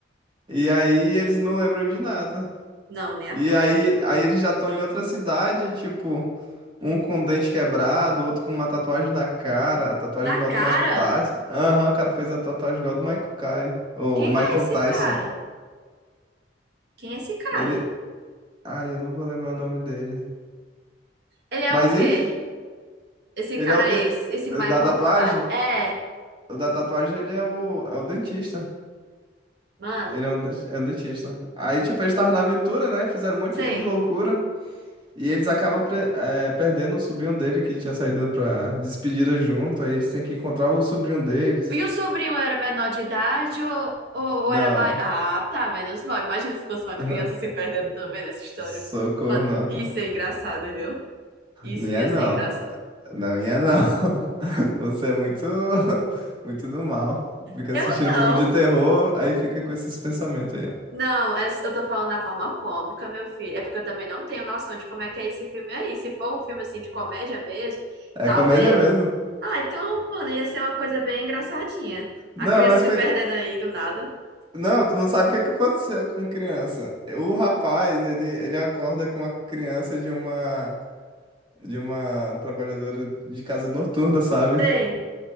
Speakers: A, on the right; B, on the right.
A: e aí eles não lembram de nada.
B: Não, nem a
A: E
B: pau.
A: aí, aí eles já estão em outra cidade, tipo, um com o dente quebrado, outro com uma tatuagem na cara, a tatuagem
B: Na
A: igual
B: cara?
A: a do Mike Tyson. Aham, o cara fez a tatuagem igual a do Michael Kai, o
B: Quem
A: Michael
B: é esse
A: Tyson.
B: cara? Quem é esse cara?
A: Ele, ai, eu não vou lembrar o nome dele.
B: Ele é
A: Mas
B: o quê?
A: enfim,
B: Esse
A: ele
B: cara
A: é o, de...
B: é esse, esse Michael
A: o da tatuagem,
B: tá. É,
A: o da tatuagem ele é o é o dentista.
B: mano,
A: Ele é um, den- é um dentista. Aí, tipo, eles estavam na aventura, né? Fizeram um monte
B: sei.
A: de loucura. E eles acabam pre- eh, perdendo o sobrinho dele que tinha saído pra despedida junto. Aí eles têm que encontrar o sobrinho deles.
B: E o sobrinho era menor de idade ou, ou, ou
A: Não.
B: era mais. Ah, tá, menos mal. Imagina se fosse uma
A: <laughs>
B: criança se perdendo também nessa história.
A: Socorro,
B: Mano,
A: não.
B: isso é engraçado, viu? Isso
A: Não ia
B: ia
A: não.
B: ser engraçado.
A: Não ia não. <laughs> Você é muito, <laughs> muito do mal. Fica
B: Eu
A: assistindo
B: não.
A: filme de terror, aí fica com esses pensamentos aí, ó.
B: Não, é- eu tô falando da forma cômica, meu filho. É porque eu também não tenho noção de como é que é esse filme aí. Se for um filme assim de comédia mesmo,
A: É
B: talvez.
A: comédia mesmo.
B: Ah, então, mano, ia ser uma coisa bem engraçadinha.
A: Não,
B: A criança
A: mas
B: se
A: foi.
B: perdendo aí do nada.
A: Não, tu não sabe o que que aconteceu com criança. O rapaz, ele, ele acorda com uma criança de uma. de uma trabalhadora de casa noturna, sabe?
B: Sei.